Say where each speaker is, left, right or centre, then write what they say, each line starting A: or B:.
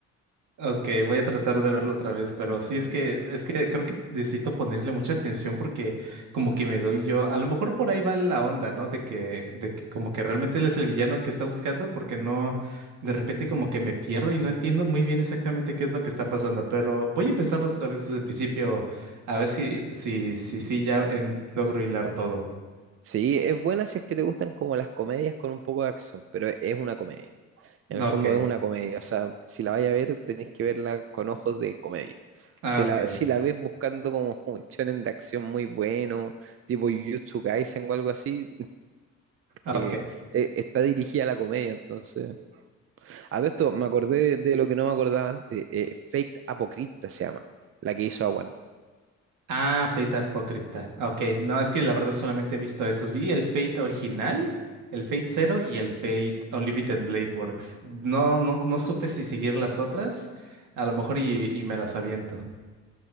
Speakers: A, on the right; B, on the right.
A: Ok, voy a tratar de verlo otra vez, pero sí es que es que creo que necesito ponerle mucha atención porque como que me doy yo, a lo mejor por ahí va la onda, ¿no? De que de que como que realmente él es el villano que está buscando porque no de repente como que me pierdo y no entiendo muy bien exactamente qué es lo que está pasando, pero voy a empezarlo otra vez desde el principio a ver si si si sí ya en- logro hilar todo.
B: Sí, es buena si es que te gustan como las comedias con un poco de acción, pero es una comedia. En
A: No,
B: el fondo
A: Ok.
B: es una comedia, o sea, si la vais a ver, tenéis que verla con ojos de comedia.
A: Ah,
B: Si
A: ok.
B: la, <laughs> si la ves buscando como un shonen de acción muy bueno, tipo Jujutsu Kaisen o algo así,
A: Ok.
B: que eh, está dirigida a la comedia, entonces. A todo esto me acordé de, de lo que no me acordaba antes, eh, Fate Apocrypta se llama, la que hizo Awan.
A: Ah, Fate Apócripta. Ok, no, es que la verdad solamente he visto estos. Vi el Fate original, el Fate Zero y el Fate Unlimited Blade Works. No, no, no supe si seguir las otras. A lo mejor y, y me las aviento.